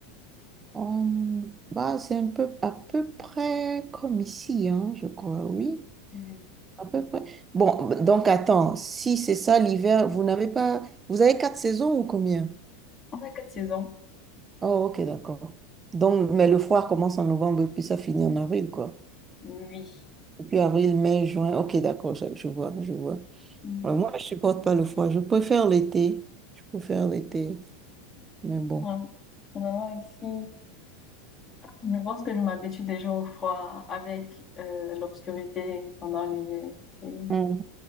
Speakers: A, on the right (about 25°); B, on the left (about 20°).
A: Hum, bah, c'est un peu, à peu près comme ici, hein, je crois, oui.
B: Mm.
A: À peu près. Bon, donc, attends. Si c'est ça, l'hiver, vous n'avez pas... Vous avez quatre saisons ou combien?
B: On a quatre saisons,
A: Oh, OK, d'accord. Donc, mais le froid commence en novembre et puis ça finit en avril, quoi.
B: oui.
A: Et puis avril, mai, juin. OK, d'accord, je, je vois, je vois.
B: Mm.
A: Alors, moi, je supporte pas le froid. Je préfère l'été. Je préfère l'été. Mais bon.
B: Ouais. Vraiment ici. Je pense que je m'habitue déjà au froid avec euh, l'obscurité pendant l'hiver. C'est-
A: Hum,